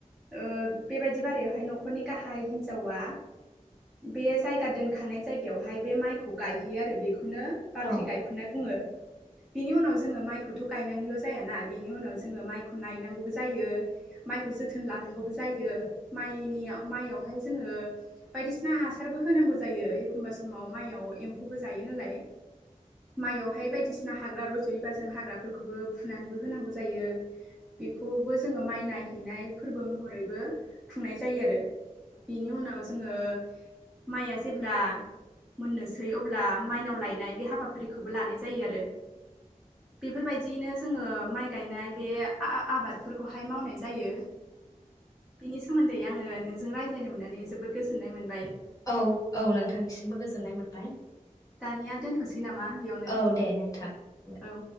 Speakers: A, in the centre; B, on the left.
A: ओ बेबायदि बारायावहाय न'खरनि गाहाय हिन्जावा बे जायगा दोनखानाय जायगायावहाय बे माइखौ गायहैयो आरो बेखौ बेखौनो बाख्रि
B: औ
A: गायखन्नाय बुङो बिनि उनाव जोङो माइखौथ' गायनानैल' जायाना बिनि उनाव जोङो माइखौ नायनांगौबो जायो माइखौ जोथोन लानांगौबो जायो माइनि माइयावहाय जोङो बायदिसिना हासारबो होनांगौ जायो एखमबा समाव माइयाव एम्फौबो जायो नालाय माइयावहाय बायदिसिना हाग्रा रज'योबा जों हाग्राफोरखौबो फुनानैबो होनांगौ जायो बेखौबो जोङो माइ नाय हैनाय फोरबो महरैबो खुंनाय जायो आरो बिनि उनाव जोङो माइआ जेब्ला मोननोसै अब्ला माइनाव लायनाय बे हाबाफारिखौबो लानाय जायो आरो बेफोरबादियैनो जोङो माइ गायनाय बे आबादफोरखौहाय मावनाय जा जायो बिनि सोमोन्दै आङो नोंजों रायज्लायनो मोननानै जोबोद गोजोननाय मोन
B: औ औ नोंथांनिसिमबो गोजोननाय मोनबाय
A: दानिया दोनथ'सै नामा बेयावनो
B: औ दे नोंथां होनबाय
A: औ